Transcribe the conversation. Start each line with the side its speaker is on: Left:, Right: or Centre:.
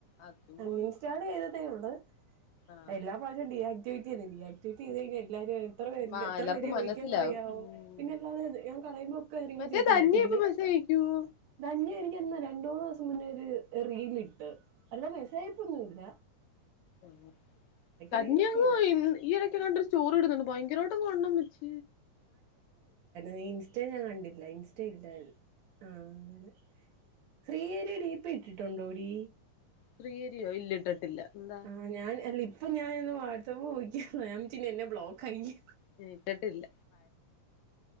Left: അതുകൊണ്ട്
Right: അൺഇൻസ്റ്റാൾ ചെയ്തതേ ഉള്ള
Left: ആഹ്
Right: എല്ലാ പ്രാവശ്യം ഡി ആക്ടിേ ഡി ആക്ടിവിറ്റ ചെയ്ത് കിഞ്ഞൽ ആയിട്ട് എല്ലാരും എത്ര
Left: ആഹ് എല്ലാർക്കും
Right: പേര് ചോദിക്കും
Left: മനസ്സിലാവും
Right: എന്ന്
Left: ഉം
Right: - പിന്നെല്ലാതെ ഞാൻ കളയുമ്പോ ഒക്കെ ഇറങ്ങ
Left: മറ്റേ
Right: ചോദിക്കണ്ട്
Left: ധന്യ
Right: പിന്നെ
Left: ഇപ്പൊ മെസ്സേജ് അയക്കുവോ
Right: ധന്യായിനിക്ക് രണ്ടൂന്ന്- രണ്ടു ദിവസം മുന്നേ ഒരു റീൽ ഇട്ട് അല്ലാ മെസ്സേജ് അയപ്പ് ഒന്നും ഇല്ല
Left: ആ കഞ്ഞി
Right: റീലൊക്കെ
Left: ഒന്നും
Right: ഇടും
Left: ആയില്ല ഈയിടക്കെ കണ്ടരു ചോറ് ഇടുന്നുണ്ട് ഭയങ്കര ആ വണ്ണം വച്ച്
Right: റീൽസ് ഞാൻ കണ്ടില്ല ഇനസ്റ്റ് - സ്ിൽഡൻ ആഹ അങ്ങനെ ശ്രീഹരി ഡിപി ഇട്ടിട്ടുണ്ടോ ടി
Left: ശ്രീഹരിയോ ഇല്ല ഇട്ടിട്ടില്ല എന്താ
Right: ആഹ് ഞാൻ അല്ല ഇപ്പം ഞാനിരന്ന് വാട്സ്ആപ്പ് നോക്കിയതാ ഞാൻ വിച്ച് എന്നെ ബ്ലോക്ക് ആക്കിന്ന്
Left: <unintelligible> ഇട്ടിട്ടില്ല